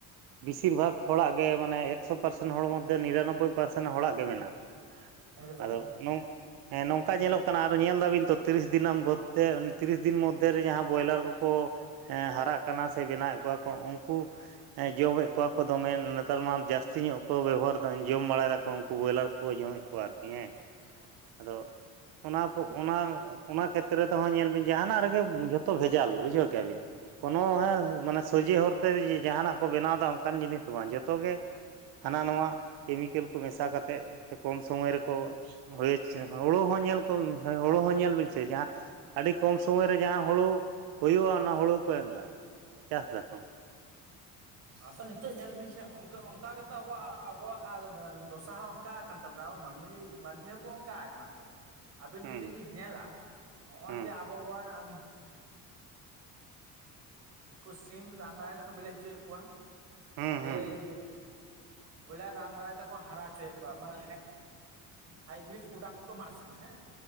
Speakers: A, on the right; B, on the right.
A: ᱵᱮᱥᱤᱨ ᱵᱷᱟᱜᱽ ᱦᱚᱲᱟᱜ ᱜᱮ ᱢᱟᱱᱮ ᱮᱠᱥᱚ ᱯᱟᱨᱥᱮᱱᱴ ᱦᱚᱲ ᱢᱚᱫᱽᱫᱷᱮ ᱱᱤᱨᱟᱱᱚᱵᱽᱵᱳᱭ᱾ ᱱᱚᱢᱵᱚᱭ ᱯᱟᱨᱥᱮᱱᱴ ᱦᱚᱲᱟᱜ ᱜᱮ ᱢᱮᱱᱟᱜ
B: ᱮᱠᱫᱚᱢ
A: ᱟᱫᱚ ᱱᱚᱝ, ᱦᱮᱸ ᱱᱚᱝᱠᱟ ᱧᱮᱞᱚᱜ ᱠᱟᱱᱟ ᱟᱨᱚ ᱧᱮᱞ ᱫᱟᱵᱤᱱ ᱛᱚ ᱛᱤᱨᱤᱥ ᱫᱤᱱ ᱢᱚᱫᱽᱷᱮ ᱩᱱᱤ ᱛᱤᱨᱤᱥ ᱫᱤᱱ ᱢᱚᱫᱽᱫᱷᱮᱨᱮ ᱡᱟᱦᱟᱸ ᱵᱨᱚᱭᱞᱟᱨ ᱠᱚ᱾ ᱠᱚ ᱦᱟᱨᱟᱜ ᱠᱟᱱᱟ ᱥᱮ ᱵᱮᱱᱟᱣᱮᱫ ᱠᱚᱣᱟ ᱠᱚ ᱩᱱᱠᱩ ᱦᱮᱸ ᱡᱚᱢᱮᱫ ᱠᱚᱣᱟ ᱠᱚ ᱫᱚᱢᱮ ᱱᱮᱛᱟᱨ ᱢᱟ ᱡᱟᱹᱥᱛᱤ ᱧᱚᱜ ᱠᱚ ᱵᱮᱵᱚᱦᱟᱨ ᱫᱟ᱾ ᱡᱚᱢ ᱵᱟᱲᱟᱭ ᱫᱟᱠᱚ ᱩᱱᱠᱩ ᱵᱚᱭᱞᱟᱨ ᱠᱚ ᱡᱚᱢᱮᱫ ᱠᱚᱣᱟ ᱟᱹᱨᱠᱤ ᱦᱮᱸ᱾
B: <unintelligible>
A: ᱟᱫᱚ ᱚᱱᱟ ᱠᱩ ᱚᱱᱟ ᱚᱱᱟ ᱠᱷᱮᱛ ᱨᱮ ᱛᱮᱦᱚᱸ ᱧᱮᱞ ᱵᱤᱱ ᱡᱟᱦᱟᱱᱟᱜ ᱨᱮᱜᱮ ᱡᱷᱚᱛᱚ ᱵᱷᱮᱡᱟᱞ ᱵᱩᱡᱷᱟᱹᱣ ᱠᱮᱜᱼᱟ ᱵᱤᱱ ᱾ ᱠᱳᱱᱳ ᱦᱮ ᱢᱟᱱᱮ ᱥᱚᱡᱮ ᱦᱚᱨᱛᱮ ᱡᱟᱦᱟᱱᱟᱜ ᱠᱚ ᱵᱮᱱᱟᱣ ᱫᱟ ᱚᱱᱠᱟᱱ ᱡᱤᱱᱤᱥ ᱫᱚ ᱵᱟᱝ ᱡᱚᱛᱚ ᱜᱮ ᱦᱟᱱᱟ ᱱᱚᱣᱟ ᱠᱮᱢᱤᱠᱮᱞ ᱠᱚ ᱢᱮᱥᱟ ᱠᱟᱛᱮᱫ ᱥᱮ ᱠᱚᱢ ᱥᱚᱢᱚᱭ ᱨᱮᱠᱚ ᱦᱳᱭ <inaudible> ᱦᱳᱲᱩ ᱦᱚᱸ ᱧᱮᱞ ᱠᱚᱢ ᱦᱳᱲᱩ ᱦᱚᱸ ᱧᱮᱞ ᱵᱤᱱ ᱥᱮ ᱡᱟᱦᱟᱸ ᱟᱹᱰᱤ ᱠᱚᱢ ᱥᱚᱢᱚᱭ ᱨᱮ ᱡᱟᱦᱟᱸ ᱦᱳᱲᱩ ᱦᱩᱭᱩᱜᱼᱟ, ᱚᱱᱟ ᱦᱩᱲᱩ ᱠᱚ ᱮᱢ ᱮᱫᱟ ᱪᱟᱥ ᱫᱟᱠᱚ ᱾
B: ᱟᱫᱚ ᱱᱤᱛᱚᱜ ᱧᱮᱞ ᱵᱤᱱ ᱥᱮ ᱚᱝ ᱚᱱᱠᱟ ᱜᱮᱛᱚ ᱟᱵᱚᱣᱟᱜ ᱟᱵᱚᱣᱟᱜ ᱫᱚᱥᱟ ᱦᱚᱸ ᱚᱱᱠᱟ ᱟᱠᱟᱱ ᱛᱟᱵᱚᱱᱟ ᱟᱵᱚ ᱢᱟᱹᱱᱢᱤ ᱢᱟᱹᱱᱢᱤ ᱦᱚᱸᱠᱚ ᱚᱱᱠᱟ ᱟᱠᱟᱱᱟ ᱾ ᱛᱚ ᱟᱹᱵᱤᱱ
A: ᱦᱩᱸ
B: ᱡᱩᱫᱤ ᱵᱤᱱ ᱧᱮᱞᱟ ᱦᱚᱸᱜᱼᱚᱭ
A: ᱦᱩᱸ
B: ᱡᱮ ᱟᱵᱚ ᱵᱚᱱ ᱮᱸ ᱩᱱᱠᱩ ᱥᱤᱢ ᱨᱟᱱ ᱫᱟᱨᱟᱭ ᱛᱮᱠᱚ ᱵᱤᱞᱮ ᱦᱚᱪᱚᱭᱮᱫ ᱠᱚᱣᱟ
A: ᱦᱩᱸ ᱦᱩᱸ
B: ᱮᱭ ᱵᱚᱞᱮ ᱨᱟᱱ ᱫᱟᱨᱟᱭ ᱛᱮᱠᱚ ᱦᱟᱨᱟ ᱦᱚᱪᱚᱭ ᱮᱫ ᱠᱚᱣᱟ ᱢᱟᱱᱮ ᱦᱟᱭᱵᱨᱤᱰ ᱯᱨᱚᱰᱟᱠᱴ ᱠᱚ ᱮᱢᱟᱜ ᱠᱟᱱᱟ ᱦᱮᱸ᱾